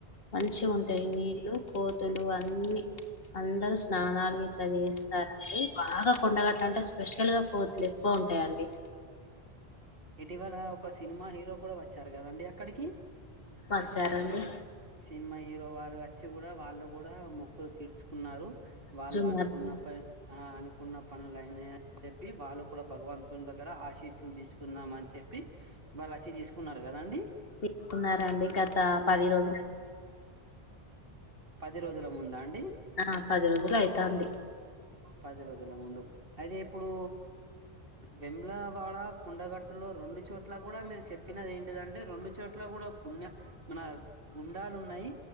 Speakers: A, on the left (about 65°); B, on the right (about 60°).
A: మంచి ఉంటాయి నీళ్లు కోతులు అన్ని అందరు స్నానాలు ఇలా చేస్తారండి
B: స్
A: బాగా కొండగట్ట అంటే స్పెషల్ గా కోతులు ఎక్కువ ఉంటాయండి
B: ఇటీవల ఒక సినిమా హీరో కూడా వచ్చారు కదండి అక్కడికి
A: వచ్చారండి
B: సినిమా హీరో వారు వ వచ్చి కూడా వాళ్ళు కూడా మొక్కులు తీర్చుకున్నారు వాళ్ళు
A: జుమాకు
B: అనుకున్న ప ఆ అనుకున్న పనులు అయినాయి అని చెప్పి వాళ్ళు కూడా భగవంతుని దగ్గర ఆశీసులు తీసుకు న్నాం అని చెప్పి వాళ్ళు వచ్చి తీసుకున్నారు కదండి
A: తీకున్నారండి గత పది రోజులు
B: పది రోజుల ముంద అండి
A: ఆ, పది రోజులు అయితాంది
B: పది రోజుల ముందు అయితే ఇప్పుడు వెమ్ల వాడ కొండగట్టులో రెండు చోట్ల కూడా మీరు చెప్పినది ఏంటిదంటే రెండు చోట్ల కూడా పుణ్య మన గుండాలు ఉన్నాయి